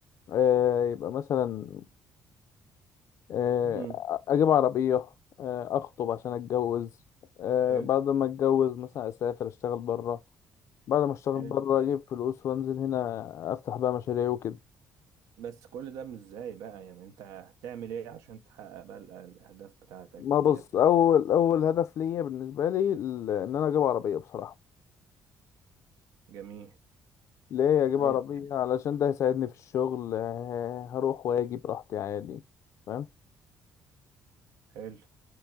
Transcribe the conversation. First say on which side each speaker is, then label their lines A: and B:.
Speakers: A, on the left; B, on the right.
A: آه، يبقى مثلا آه،
B: امم
A: اجيب عربيه آه، اخطب عشان اتجوز آه،
B: حلو
A: بعد ما اتجوز مثلا اسافر اشتغل بره بعد ما اشتغل
B: حلو
A: بره اجيب فلوس وانزل هنا افتح بقى مشاريع وكده
B: بس كل ده مش ازاي بقى يعني انت هتعمل ايه عشان تحقق بقى ال- الاهداف بتاعتك
A: ما
B: دي
A: بص
B: بتاع
A: اول اول هدف ليا بالنسبه لي ال- ان انا اجيب عربيه بصراحه
B: جميل
A: ليه اجيب
B: طيب
A: عربية
B: يعني
A: علشان ده هيساعدني في الشغل آه، هروح واجي براحتي عادي فاهم
B: حلو